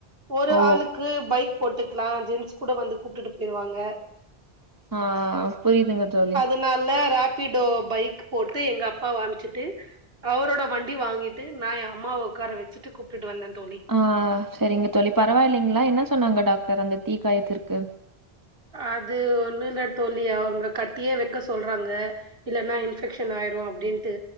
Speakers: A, on the right (about 65°); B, on the right (about 20°).
A: ஒரு
B: ஓ
A: ஆளுக்கு பைக் போட்டுக்கலா ஜென்ஸ் கூட வந்து கூப்ட்டுட்டு போய்ருவாங்க
B: ஆ புரிதுங்க தோழி
A: நால ராப் ராபிடோ பைக் போட்டு எங்க அப்பா அம்சிட்டு அவரோட வண்டி வாங்கிட்டு நா எ அம்மாவ உக்கார வெச்சுட்டு கூப்ட்டுட்டு வந்த தோழி
B: ஆ செரிங்க தோழி பரவா இல்லைங்ளா என்ன சொன்னாங்க டாக்டர் அந்த தீ காயத்திற்க்கு
A: அது ஒன்னு இல்ல தோழி அவுங்க கட்டியே வெக்க சொல்றாங்க இல்லன்னா இன்ஃபெக்க்ஷன் ஆயிரு அப்டின்ட்டு